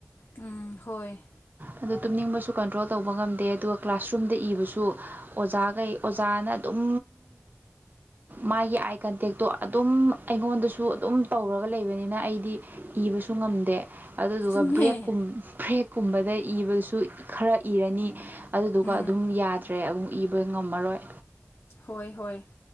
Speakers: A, on the left (about 60°); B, on the right (about 45°).
A: ꯎꯝ ꯍꯣꯏ
B: ꯑꯗꯣ ꯇꯨꯝꯅꯤꯡꯕꯁꯨ ꯀꯟꯇ꯭ꯔꯣꯜ ꯇꯧꯕ ꯉꯝꯗꯦ ꯑꯗꯨꯒ ꯀ꯭ꯂꯥꯁꯔꯨꯝꯗ ꯏꯕꯁꯨ ꯑꯣꯖꯥꯈꯩ ꯑꯣꯖꯥꯅ ꯑꯗꯨꯝ ꯃꯥꯒꯤ ꯑꯥꯏ ꯀꯟꯇꯦꯛꯇꯣ ꯑꯗꯨꯝ ꯑꯩꯉꯣꯟꯗꯁꯨ ꯑꯗꯨꯝ ꯇꯧꯔꯒ ꯂꯩꯕꯅꯤꯅ ꯑꯩ ꯗꯤ ꯏꯕꯁꯨ ꯉꯝꯗꯦ ꯑꯗꯨꯗꯨꯒ
A: ꯆꯨꯝꯃꯦ
B: ꯕ꯭ꯔꯦꯛꯀꯨꯝ ꯕ꯭ꯔꯦꯛꯀꯨꯝꯕꯗ ꯏꯕꯗꯨꯁꯨ ꯈꯔ ꯏꯔꯅꯤ ꯑꯗꯨꯗꯨꯒ
A: ꯎꯝ
B: ꯑꯗꯨꯝ ꯌꯥꯗ꯭ꯔꯦ ꯑꯃꯨꯛ ꯏꯕ ꯉꯝꯃꯔꯣꯏ
A: ꯍꯣꯏ ꯍꯣꯏ